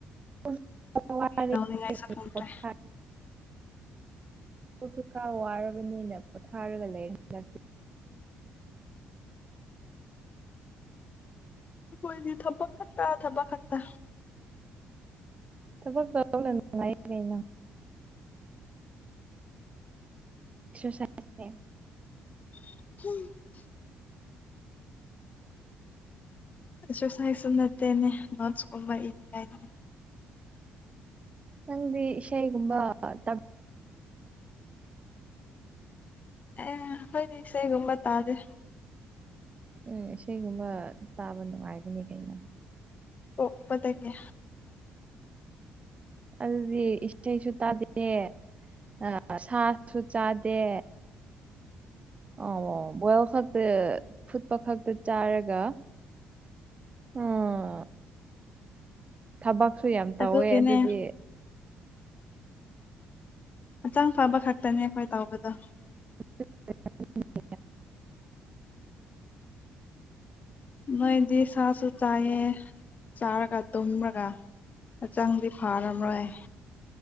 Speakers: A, on the right (about 25°); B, on the left (about 35°).
A: <unintelligible>
B: ꯇꯧꯅꯤꯡꯉꯥꯏꯁꯨ ꯈꯪꯗ꯭ꯔꯦ
A: ꯑꯩꯈꯣꯏꯁꯨ ꯈꯔ ꯋꯥꯔꯕꯅꯤꯅ ꯄꯣꯊꯥꯔꯒ ꯂꯩꯔꯦ ꯍꯟꯗꯛꯇꯤ
B: ꯑꯩꯈꯣꯏꯗꯤ ꯊꯕꯛ ꯈꯠꯇ ꯊꯕꯛ ꯈꯠꯇ
A: ꯊꯕꯛ ꯇꯧꯔ ꯂꯩꯕ ꯅꯨꯡꯉꯥꯏ ꯀꯩꯅꯣ <unintelligible>
B: <unintelligible> ꯑꯦꯛꯁꯔꯁꯥꯏꯁꯁꯨ ꯅꯠꯇꯦꯅꯦ ꯅꯣꯠꯁꯀꯨꯝꯕ ꯏꯅꯤꯡꯉꯥꯏꯅꯦ
A: ꯅꯪꯗꯤ ꯏꯁꯩꯒꯨꯝꯕ ꯇꯝ
B: ꯑꯦ ꯈꯣꯏꯗꯤ ꯏꯁꯩꯒꯨꯝꯕ ꯇꯥꯗꯦ
A: ꯎꯝ ꯏꯁꯩꯒꯨꯝꯕ ꯇꯥꯕ ꯅꯨꯡꯉꯥꯏꯕꯅꯤ ꯀꯩꯅꯣ
B: ꯄꯣꯛꯄꯗꯩꯅꯦ
A: ꯑꯗꯨꯗꯤ ꯏꯁꯩꯁꯨ ꯇꯥꯗꯦ ꯑꯥ ꯁꯥꯁꯨ ꯆꯥꯗꯦ ꯑ ꯕꯣꯏꯜꯈꯛꯇ ꯐꯨꯠꯄ ꯈꯛꯇ ꯆꯥꯔꯒ ꯎꯝ ꯊꯕꯛꯁꯨ ꯌꯥꯝ ꯇꯧꯋꯦ
B: ꯑꯗꯨꯒꯤꯅꯦ
A: ꯑꯗꯨꯗꯤ
B: ꯍꯛꯆꯥꯡ ꯐꯕ ꯈꯛꯇꯅꯦ ꯑꯩꯈꯣꯏ ꯇꯧꯕꯗꯣ
A: <unintelligible>
B: ꯅꯣꯏꯗꯤ ꯁꯥꯁꯨ ꯆꯥꯏꯌꯦ ꯆꯥꯔꯒ ꯇꯨꯝꯔꯒ ꯍꯛꯆꯪꯗꯤ ꯐꯔꯝꯔꯣꯏ